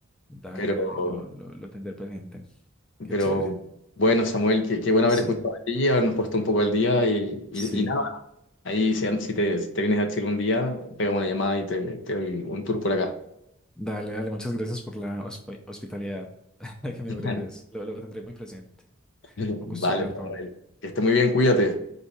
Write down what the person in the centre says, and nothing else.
Dale,
dale, lo, lo, lo tendré presente. Qué
chévere.
Sí,
sí.
Dale, dale, muchas gracias por la hosp- hospitalidad <laughs> que me
ofreces. Lo, lo tendré muy presente.
Un gusto hablar,
Pablo.